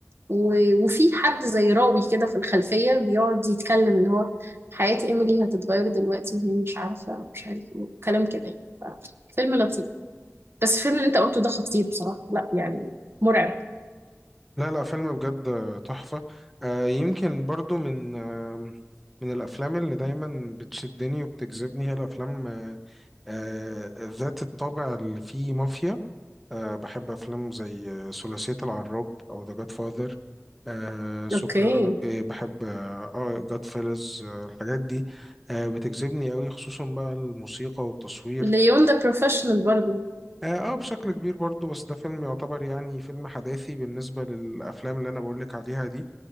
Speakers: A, on the right (about 50°); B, in the centre.
A: و- وفي حد زي راوي كده في الخلفية بيقعد يتكلم اللي هو حياة إيميلي هتتغير دلوقتي وهي مش عارفة مش عارف إيه، كلام كده يعني ف- فيلم لطيف بس الفيلم اللي أنت قلته ده خطير بصراحة لا يعني مرعب
B: لا لا فيلم بجد تحفة آه، يمكن برضو من آه، من الأفلام اللي دايما بتشدني وبتجذبني هي الأفلام آه، آه، ذات الطابع اللي فيه مافيا آه، بحب أفلام زي آه، ثلاثية العراب أو ذا جاد فاذر آه سوبرانو
A: أوكي
B: آه، بحب اه جاد فيلز آه الحاجات دي آه، بتجذبني قوي خصوصا بقى الموسيقى والتصوير
A: ليون ده بروفيشنال برضو
B: اه آه، بشكل كبير برضو بس ده فيلم يعتبر يعني فيلم حداثي بالنسبة للأفلام اللي أنا بقولك عليها دي